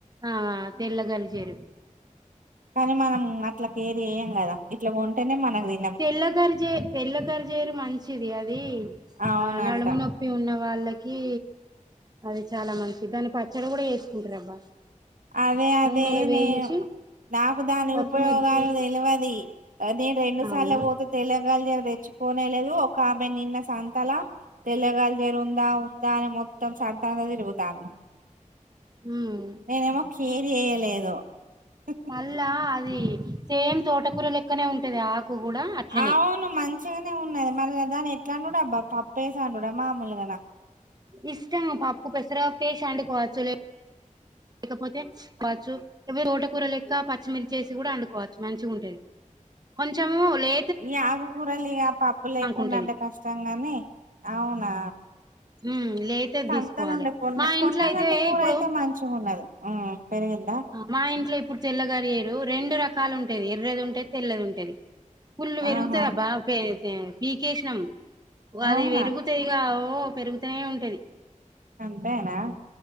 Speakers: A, on the right; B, on the right.
A: ఆ తెల్ల గల్జేరు
B: కానీ మనం అట్లా కేర్ చేయ్యం కదా ఇట్లా కొంటేనే మనకు తె
A: తెల్ల గర్జేరు తెల్లగర్ జేరు మంచిది అది
B: అవునంట
A: ఆ నడుము నొప్పి ఉన్న వాళ్ళకి అది చాలా మంచిదాని దాని పచ్చడి కూడా వేసుకుంటారు అబ్బా
B: అదే అదే
A: నూనెలో వేయించి
B: నేను నాకు దాని
A: పచ్చిమిర్చి
B: ఉపయోగాలు తెలువది అదే రెండు సార్ల
A: అవునా
B: పో తెల్ల గల్జేరు తెచ్చుకోనేలేదు ఒక ఆమె నిన్న సంతల తెల్లగల రు ఉందా ఉందా అనీ మొత్తం సంత అంతా తిరుగుతాంది
A: ఊహ్మ్
B: నేనేమో కేర్ చేయలేదు హ్మ్
A: మళ్ళా అది సేమ్ తోటకూర లెక్కనే ఉంటది ఆ ఆకు కూడా అట్లనే
B: అవును మంచిగానే ఉన్నాది మరి దాని ఎట్లా వండుడబ్బా పప్పేసి వండుడా మామూలుగాన
A: ఇష్టం పప్పు పెసరా పప్పు వేసి వండుకోవచ్చు లే కపోతే పచ్చు తోటకూర లెక్క పచ్చిమిర్చి వేసి కూడా వండుకోవచ్చు మంచిగా ఉంటది కొంచెము లే
B: ఈ ఆకుకూరలు ఇక పప్పు లేకుండా
A: ఉంటది
B: అంటే కష్టంగాని అవునా
A: ఉమ్ లేతది
B: సంతలుండే
A: తీసుకోవాలి
B: కొన్న
A: మా
B: పోన్నగంటే
A: ఇంట్లో అయితే
B: కూరయితే
A: ఇప్పుడు
B: మంచి మంచిగున్నది హ్మ్ పెరిగిందా
A: మా ఇంట్ల ఇప్పుడు తెల్ల గరిజేరు రెండు రకాలు ఉంటది ఎర్రది ఉంటది తెల్లది ఉంటది ఫుల్లు పెరుగుతా
B: ఆహా
A: అబ్బా పె తె పీకేసినం
B: అవునా
A: అది పెరుగు తే ఇగా ఓ పెరుగుతనే ఉంటది
B: అంతేనా